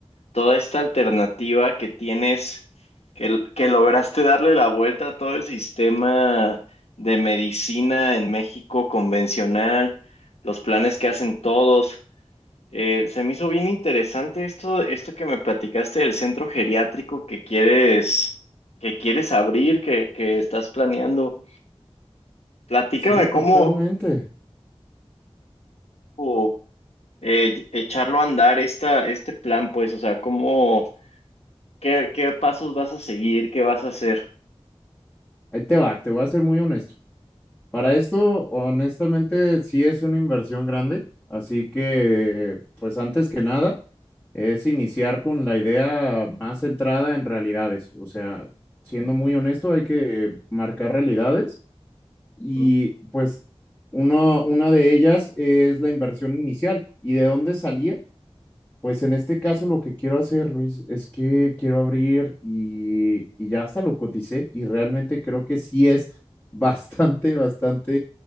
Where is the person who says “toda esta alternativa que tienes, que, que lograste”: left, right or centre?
Left